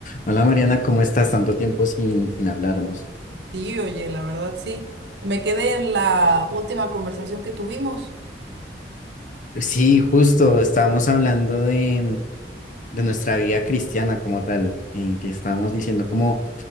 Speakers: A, on the left; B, on the right.
A: Hola Mariana, ¿cómo estás? Tanto tiempo sin, sin hablarnos.
B: Sí, oye, la verdad sí. Me quedé en la última conversación que tuvimos.
A: Sí, justo, estábamos hablando de, de nuestra vida cristiana como tal, eh, que estábamos diciendo como